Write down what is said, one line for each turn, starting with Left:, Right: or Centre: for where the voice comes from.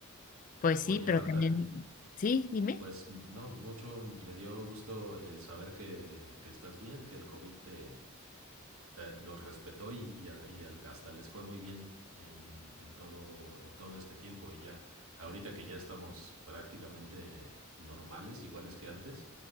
Left: Pues sí,
Right: Oye,
Left: pero
Right: Marta,
Left: también, sí, dime.
Right: pues no, mucho me dio gusto el saber que, que estás bien, que el COVID te, los respetó y, y, y, hasta les fue muy bien en, en, todo, en todo este tiempo. Y ya, ahorita que ya estamos prácticamente normales, iguales que antes,